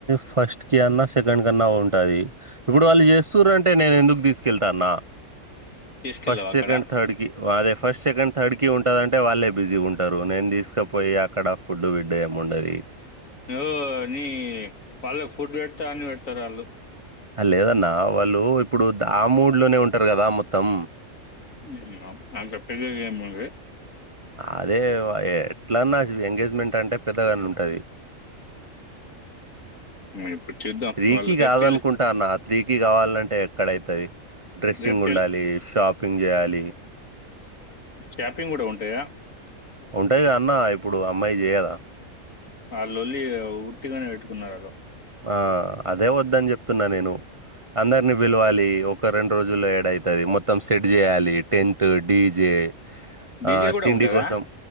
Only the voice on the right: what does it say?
ఫస్ట్ కి అన్నా, సెకండ్ కి అన్నా ఉంటది. ఇప్పుడు వాళ్ళు చేస్తుర్ అంటే నేను ఎందుకు తీసుకెళ్తాన్నా
ఫస్ట్గి
సెకండ్ థర్డ్ కి అదే ఫస్టకి, సెకండ్ థర్డ్ కి ఉంటదంటే వాళ్ళే బిజీగా ఉంటారు. నేను తీసుకపోయి అక్కడ ఫుడ్ గిడు ఏం ఉండది.
లేదన్న వాళ్ళు ఇప్పుడు దా ఆ మూడ్లోనే ఉంటారు కదా మొత్తం.
అదే వ ఎట్లాన్నా ఎంగేజ్మెంట్ అంటే పెద్దగానే ఉంటది.
త్రికి
కాదనుకుంటా
నా త్రీకి ఇ కావాలంటే ఎక్కడైయితది డ్రెస్సింగ్
ఉండాలి, షాపింగ్ చేయాలి.
ఉంటాయి గా అన్న ఇప్పుడు అమ్మాయి చేయదా
ఆ అదే వద్దని చెప్తున్నా నేను అందరిని పిలవాలి ఒక రెండు రోజుల్లో ఏడఐతది మొత్తం సెట్ చేయాలి. టెంటు డీజే
ఆ
తిండి
కోసం